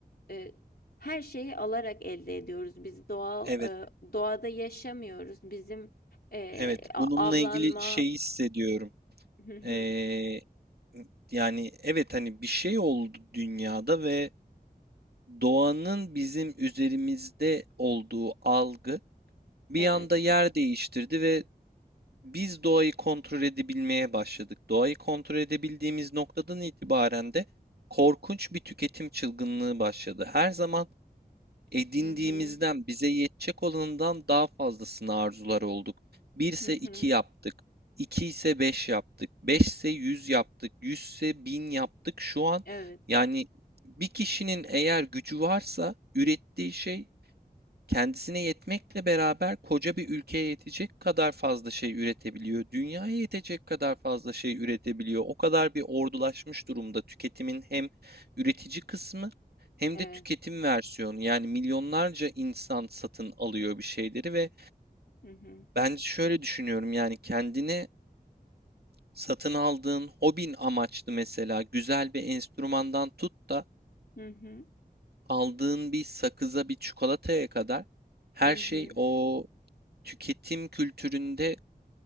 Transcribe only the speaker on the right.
evet,
evet.
Bununla
ilgili şeyi hissediyorum.
Ee, yani evet hani bir şey oldu dünyada ve doğanın bizim üzerimizde olduğu algı bir
anda yer değiştirdi ve biz doğayı kontrol edebilmeye başladık. Doğayı kontrol edebildiğimiz noktadan itibaren de korkunç bir tüketim çılgınlığı başladı. Her zaman edindiğimizden,
bize yetecek olanından daha fazlasını arzular olduk. 1 ise
2 yaptık. iki ise 5 yaptık. 5 ise 100 yaptık. 100 ise 1000 yaptık. Şu an
yani bir kişinin eğer gücü varsa ürettiği şey Kendisine yetmekle beraber koca bir ülkeye yetecek kadar fazla şey üretebiliyor. Dünyaya yetecek kadar fazla şey üretebiliyor. O kadar bir ordulaşmış durumda tüketimin hem üretici kısmı hem
de tüketim versiyonu. Yani milyonlarca insan satın alıyor bir şeyleri ve
bence şöyle düşünüyorum yani kendine satın aldığın hobin amaçlı mesela güzel bir enstrümandan tut da
aldığın bir sakıza bir çikolataya kadar her
şey
o tüketim kültüründe